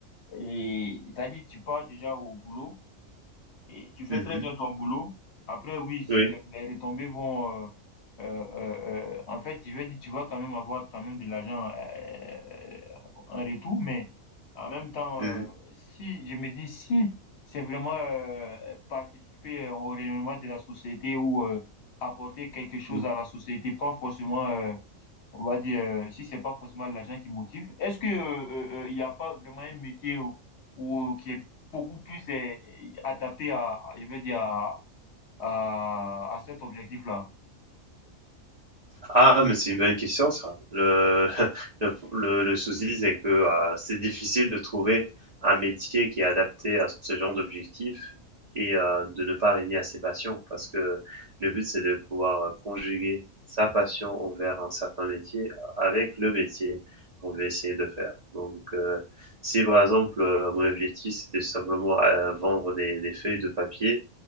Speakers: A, on the left; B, on the right.
A: et, c'est-à-dire, tu pars déjà au boulot, et tu fais
B: Mhm.
A: très bien ton boulot. Après, oui, si
B: Oui.
A: les, les retombées vont... euh, euh, euh, euh, en fait, je vais dire, tu vas quand même avoir quand même de l'argent euh, en retour, mais en même temps,
B: Mhm.
A: euh, si je me dis si c'est vraiment euh, participer euh, au rayonnement de la société ou euh, apporter quelque chose
B: Mhm.
A: à la société, pas forcément euh, on va dire, euh, si c'est pas forcément l'argent qui motive, est-ce que euh, euh, euh, il n'y a pas vraiment un métier où, où- qui est beaucoup plus euh, euh, adapté à, à- je vais dire, à, à, à cet objectif-là?
B: Ah, mais c'est une bonne question ça. Le, <laughs> le, le, le souci, c'est que euh, c'est difficile de trouver un métier qui est adapté à ce genre d'objectif et euh, de ne pas régner à ses passions parce que le but, c'est de pouvoir euh, conjuguer sa passion envers un certain métier avec le métier qu'on veut essayer de faire. Donc, euh, si par exemple, euh, mon objectif, c'était simplement euh, vendre des, des feuilles de papier,